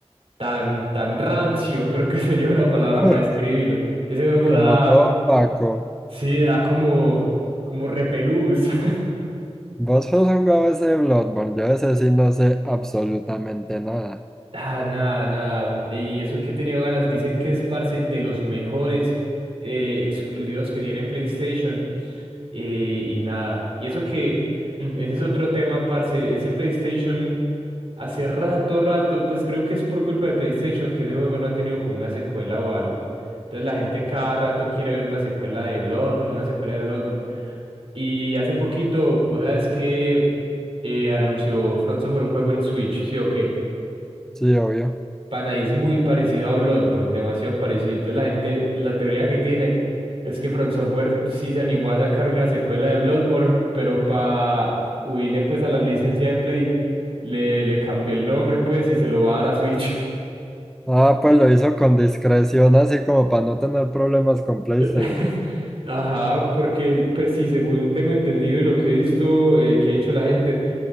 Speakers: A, on the right; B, in the centre.
A: tan, tan rancio, creo que <laughs> sería una palabra
B: <laughs>
A: para describirlo. Ese juego
B: como
A: da,
B: todo opaco.
A: sí, da como, como repelús. <laughs>
B: ¿Vos has jugado ese Bloodborne? Yo ese sí no sé absolutamente nada.
A: Ah, nada, nada. Y eso que he tenido ganas, dicen que es parce de los mejores eh, exclusivos que tiene PlayStation eh, y nada. Y eso que mm, ese es otro tema, parce. Ese PlayStation hace rato, rato, pues creo que es por culpa de PlayStation que ese juego no ha tenido como una secuela o algo. Entonces la gente cada rato quiere ver una secuela de Bloodborne, una secuela de Bloodborne. Y hace poquito, vos sabes que eh, anunció Front Software un juego en Switch, ¿sí o qué?
B: Sí, obvio.
A: Pana, y es muy parecido a Bloodborne, demasiado parecido. Entonces la gente, la teoría que tiene es que From Software sí se animó a sacar una secuela de Bloodborne, pero para huirle pues a la licencia de Play, le, le cambió el nombre pues y se lo va a dar a Switch.
B: Ah, pues lo hizo con discreción, así como para no tener problemas con PlayStation.
A: <laughs> Ajá, porque pues sí, según tengo entendido y lo que he visto eh, que ha dicho la gente,